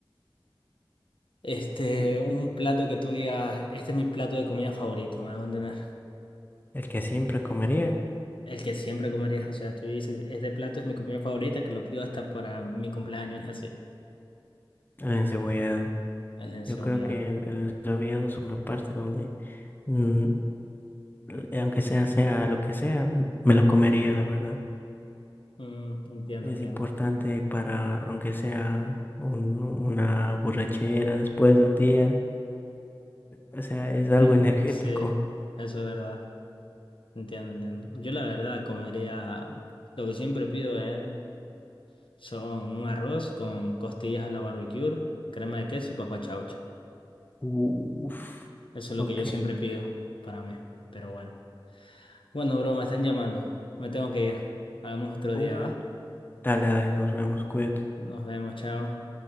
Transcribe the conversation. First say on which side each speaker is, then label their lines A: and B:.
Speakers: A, on the left; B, on the left.
A: Este, un plato que tú digas, este es mi plato de comida favorito, me hago entender.
B: El que siempre comería,
A: El que siempre comerías, o sea, tú dices, este plato es mi comida favorita, que lo pido hasta para mi cumpleaños y así.
B: el encebollado.
A: El encebollado.
B: Yo creo que el, el encebollado es una parte donde, mm, eh, aunque sea, sea lo que sea, me lo comería, la verdad.
A: Mm, entiendo,
B: Es
A: entiendo.
B: importante
A: <laughs>
B: para, aunque sea un- una borrachera después de un día, o sea, es algo
A: Mm,
B: energético.
A: Sí, eso es verdad. Entiendo, entiendo. Yo la verdad comería, lo que siempre pido es Son un arroz con costillas a la barbecue, crema de queso y papa chaucha.
B: Uf,
A: Eso es
B: ok.
A: lo que yo siempre pido para mí. Pero bueno. Bueno, bro, me están llamando. Me tengo que ir. Hagamos otro
B: Oh,
A: día, ¿va?
B: dale, dale, nos vemos, cuídate.
A: Nos vemos, chao.